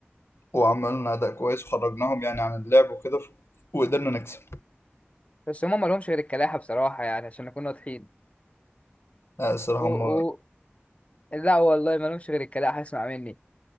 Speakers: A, on the left (about 75°); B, on the left (about 30°).
A: وعملنا أداء كويس وخرجناهم يعني عن اللعب وكده ف- وقدرنا نكسب
B: بس هما ما لهمش غير الكلاحة بصراحة يعني عشان نكون واضحين
A: آه، الصراحة
B: او
A: هم
B: او لا والله ما لهمش غير الكلاحة اسمع مني